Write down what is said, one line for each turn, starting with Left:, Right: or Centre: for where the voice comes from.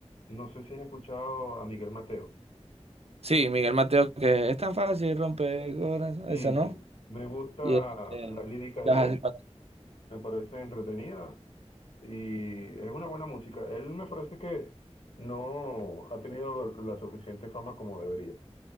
Left: no sé si has escuchado a Miguel Mateo.
Right: Sí, Miguel Mateo, que es tan fácil, romper corazón,
Left: Sí,
Right: esa, ¿no?
Left: sí. Me gusta
Right: Y, eh, eh,
Left: las líricas
Right: ¿qué
Left: de
Right: vas a
Left: él.
Right: decir?
Left: me parece entretenida y es una buena música. Él me parece que no ha tenido lo- la suficiente fama como debería.